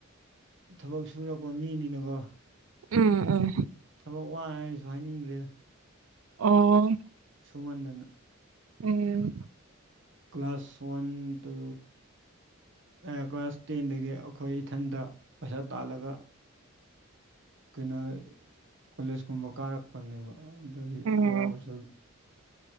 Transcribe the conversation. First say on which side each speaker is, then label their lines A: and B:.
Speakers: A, on the right; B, on the right.
A: ꯊꯕꯛ ꯁꯨꯔꯛꯄ ꯃꯤꯅꯤꯅꯀꯣ
B: ꯎꯝ ꯎꯝ
A: ꯊꯕꯛ ꯋꯥꯏꯔꯁꯨ ꯍꯥꯏꯅꯤꯡꯗ꯭ꯔꯦꯗ
B: ꯑꯣ
A: ꯁꯨꯃꯟꯗꯅ
B: ꯎꯝ
A: class one to A class ꯇꯦꯟꯗꯒꯤ ꯑꯩꯈꯣꯏ ꯏꯊꯟꯗ ꯄꯩꯁꯥ ꯇꯥꯜꯂꯒ ꯀꯩꯅꯣ ꯀꯣꯂꯦꯖ ꯀꯨꯝꯕ ꯀꯥꯔꯛꯄꯅꯦꯕ ꯑꯗꯨꯒꯤ
B: ꯎꯝ
A: ꯑꯋꯥꯕꯁꯨ